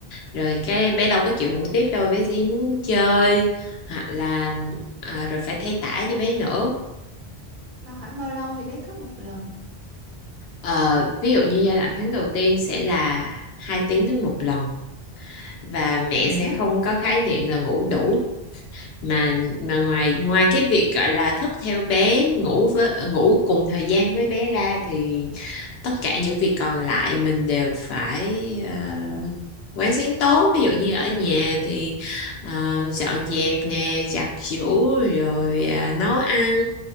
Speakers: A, on the left (about 75°); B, on the right (about 55°).
A: rồi cái bé đâu có chịu ngủ tiếp đâu bé chỉ muốn chơi hoặc là à, rồi phải thay tã cho bé nữa
B: Mà khoảng bao lâu thì bé thức một lần?
A: Ờ, ví dụ như giai đoạn tháng đầu tiên sẽ là 2 tiếng đến một lần và mẹ
B: Hả?
A: sẽ không có khái niệm là ngủ đủ mà mà ngoài ngoài cái việc gọi là thức theo bé ngủ với ngủ cùng thời gian với bé ra thì tất cả những việc còn lại mình đều phải ờ, quán xuyến tốt ví dụ như ở nhà thì ờ, dọn dẹp nè giặt giũ rồi ờ, nấu ăn